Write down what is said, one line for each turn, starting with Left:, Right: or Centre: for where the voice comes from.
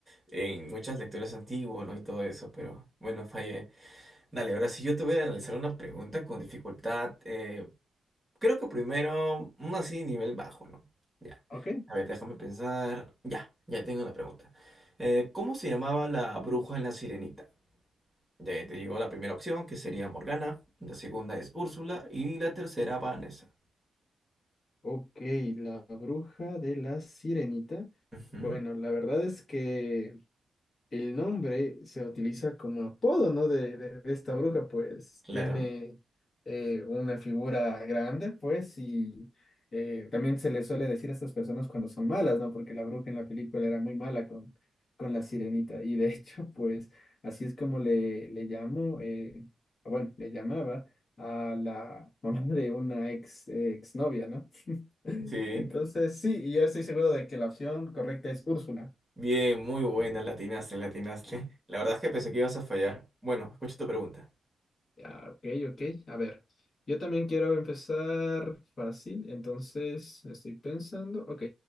Centre: en muchas lecturas antiguas, ¿no? Y todo eso, pero bueno, fallé. Dale, ahora sí yo te voy a analizar una pregunta con dificultad. eh, creo que primero, uno así, nivel bajo, ¿no? Ya.
Left: Ok.
Centre: A ver, déjame pensar. Ya, ya tengo la pregunta. Eh, ¿cómo se llamaba la bruja en la Sirenita? Ya te digo la primera opción, que sería Morgana. La segunda es Úrsula. Y la tercera, Vanessa.
Left: Ok, la bruja de la sirenita.
Centre: Ujú,
Left: Bueno, la verdad es que El nombre se utiliza como apodo, ¿no? De, de- de esta bruja, pues
Centre: claro.
Left: tiene eh, una figura grande, pues, y eh, también se le suele decir a estas personas cuando son malas, ¿no? Porque la bruja en la película era muy mala con, con la sirenita, y de <laughs> hecho, pues, así es como le, le llamo, eh, bueno, le llamaba a la <laughs> mamá de una ex, exnovia, ¿no? <laughs>
Centre: Sí,
Left: Entonces, sí, y yo estoy seguro de que la opción correcta es Úrsula.
Centre: bien, muy buena, latinaste, latinaste. La verdad es que pensé que ibas a fallar. Bueno, escucha tu pregunta.
Left: Ah, ok, ok. A ver, yo también quiero empezar fácil, entonces estoy pensando, ok,